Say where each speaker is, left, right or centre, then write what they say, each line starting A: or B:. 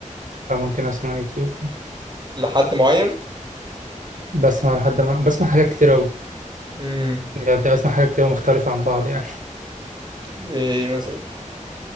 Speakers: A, on the right; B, on the right.
A: آه، ممكن أسمع يوتيوب
B: لحد معين
A: بسمع لحد ما بسمع حاجات كتير أوي
B: امم
A: بجد بسمع حاجات كتير أوي مختلفة عن بعض يعني
B: ايه مثلا